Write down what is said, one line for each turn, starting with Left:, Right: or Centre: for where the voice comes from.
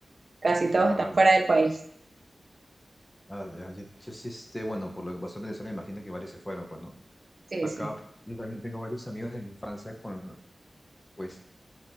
Right: Casi todos
Left: Ah,
Right: están
Left: vale.
Right: fuera del país.
Left: Ah, ya, yo, yo sí, este, bueno, por lo que pasó en Venezuela, imagino que varios se fueron, pues, ¿no?
Right: Sí,
Left: Acá
Right: sí.
Left: yo también tengo varios amigos de la infancia con, pues,